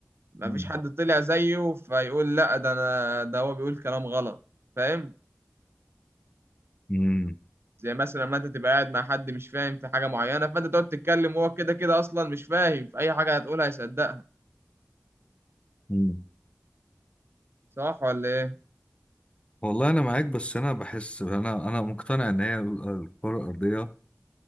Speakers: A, on the right; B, on the left.
A: مفيش
B: مم.
A: حد طلع زيه فيقول لا ده انا ده هو بيقول كلام غلط فاهم
B: مم.
A: زي مثلا ما انت تبقى قاعد مع حد مش فاهم في حاجه معينه فانت تقعد تتكلم وهو كده كده اصلا مش فاهم في اي حاجه هتقولها هيصدقها
B: مم.
A: صح ولا ايه
B: والله انا معاك بس انا بحس انا انا مقتنع ان هي ال- الكره الارضيه